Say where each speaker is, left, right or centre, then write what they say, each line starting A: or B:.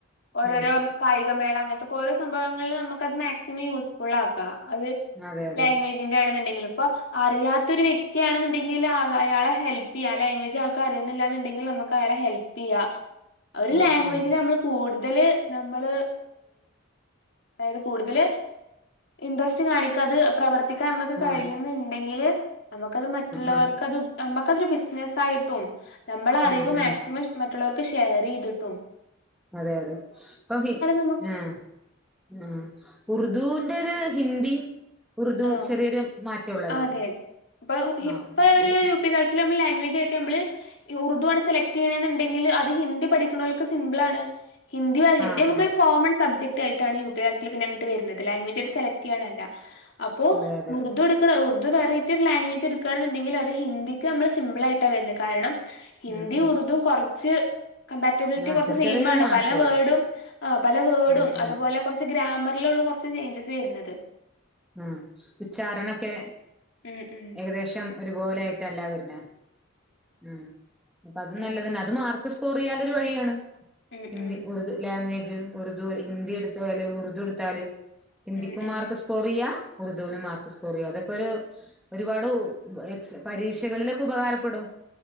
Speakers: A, on the left (about 55°); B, in the centre.
A: ഓരോരൊ
B: ഉം
A: കായി ഗമേള അങ്ങനത്തൊക്കെ ഓരോ സംഭവങ്ങളില് നമുക്കത് മാക്സിമം യൂസ്ഫുൾ ആക്കാം. അത്
B: അതെ അതെ.
A: ലാംഗ്വേജിന്റെ ആണെന്നുണ്ടെങ്കിലും. അപ്പൊ അറിയാത്തൊരു വ്യ ക്തിയാണെന്നുണ്ടെങ്കില് അയാളെ ഹെൽപെയ്യാലേ ലാംഗ്വേജ് അയാൾക്കറിയുന്നില്ലന്നുണ്ടെങ്കിൽ നമക്കയാളെ ഹെൽപെയ്യാ. ഒരു
B: ആഹ്
A: ലാംഗ്വേജില്
B: ആഹ്
A: ലമ്മൾ കൂടു ഇതില് നമ്മള് അതായത് കൂടുതൽ ഇൻട്രസ്റ്റിംഗ ആണിക്ക അത് പ്രവർ ത്തിക്കാംനമുക്ക് കഴിയുന്നുണ്ടെങ്കില്
B: ആഹ്
A: നമുക്കത് മറ്റുള്ളവർക്ക്
B: ആഹ് ആഹ്
A: അത് നമ അതൊരുബിസിനസ് ആയിട്ടും നമ്മള അറിവ്
B: ഉം
A: മാക്സിമം
B: ഉം
A: മറ്റുള്ളവർക്ക് ഷെയറീത് തിട്ടും
B: അതെ അതെ അപ്പ ഹി
A: നമുക്ക്
B: ആഹ ഉ ഉർദുവിന്റെ ഒരു ഹിന്ദി ഉറുദു
A: ആ
B: ചെറിയൊരു മാറ്റൊള്ളല്ലോ
A: അതെ ഇപ്പൊ ഇപ്പൊ
B: ആഹ്
A: ഒരു
B: ഉർ
A: യു പി കളസിൽ നമ്മള് ലാംഗ്വേജ് ആ മ്മൾ ഉർദു ആണ് സെക്ട് ചെയ്യണെന്നണ്ടെങ്കിൽ അ ത് ഹിന്ദി പഠിക്കുന്നവക്കക്ക് സിമ്പിൾ ആണ് ഹിന്ദി ഹിന്ദി
B: ആഹ്
A: നമുക്ക്
B: ആഹ്
A: കോൺ സബ്ജക് ആയിട്ടാണ് യു പി ൽ പിന്നെ അങ്ങട്ട് വരുന്നത് ലാംഗ്വേജ് സെലക്ട് ചെയ്യാനല്ല അപ്പോ
B: അതെ അതെ
A: ഉറുദ എടുക്കണ ഉ അത് വറൈറ്റി ലാംഗ്വേജ എടുക്കുകണുണ്ടങ്കിൽ അത് ഹിന്ദിക്ക് നമ്മൾ സിമ്പിൾ ആയിട്ട വരുന്നത് കാരണം ഹിന്ദിയും
B: ഉം ഉം
A: ഉറുദും കൊറ ചെ കമ്പാറ്റബിലിറ്റി
B: ആഹ്
A: കുറച്ച്
B: ചെറിയ
A: സെയിം
B: ചെറിയ
A: ആണ്
B: മാറ്റൊള്ളു
A: പല വേഡും പല വേർഡും
B: ആഹ്
A: അതുപോലെ
B: ആഹ്
A: കുറച്ച് ഗ്രാമർ യ് ലൊ ള്ളു കുറച്ച ചേഞ്ചസ് വരുന്നത്
B: ആ ഉച്ചാരണൊക്കെ
A: ഉം ഉം
B: ഏകദേശം ഒരുപോലെ ആയിട്ടല്ലാ വരുന്ന ഉം അപ്പ അത്
A: അതെ
B: നല്ലതന്നെ അത് മാർക്ക് കൊറിയാന്റെരു വഴിയാണ്
A: ഉം
B: ഹിന്ദി
A: ഉം
B: ഉറുദു ലാംഗ്വേജ് ഉറുദു ഹിന്ദി എടുത്താല് ഉറുദു എടുത്താല് ഹിന്ദിക്കുംമാർക്ക്
A: ഉം അതെ
B: യാഹ് ഉർദുവിനും മാർക്ക് സ്കോറിയ അതൊക്കെ ഒരു ഒരുപാടു എകസ് പരീക്ഷകളിലൊക്കെ ഉപകാരപ്പെടും